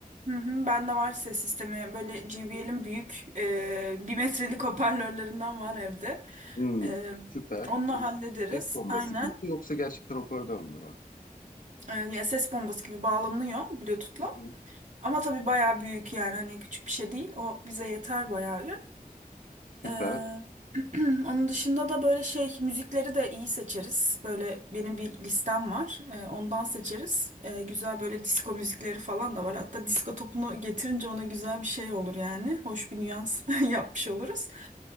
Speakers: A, on the right; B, on the left.
A: hı hı. Ben de var ses sistemi. Böyle JBL'in büyük e, bir metrelik hoparlörlerinden var evde.
B: Hmm,
A: E,
B: süper.
A: onunla
B: Bir
A: hallederiz.
B: Ses bombası
A: Aynen.
B: gibi mi, yoksa gerçekten hoparlör mü var?
A: e, ya ses bombası gibi bağlanıyor Bluetooth'la.
B: Hı hı,
A: Ama tabii bayağı büyük yani hani küçük bir şey değil. O bize yeter bayağı bir.
B: Süper.
A: E, <clears throat> onun dışında da böyle şey müzikleri de iyi seçeriz. Böyle benim bir listem var. E, ondan seçeriz. E, güzel böyle disco müzikleri falan da var. Hatta disco topunu getirince ona güzel bir şey olur yani. Hoş bir nüans <laughs> yapmış oluruz.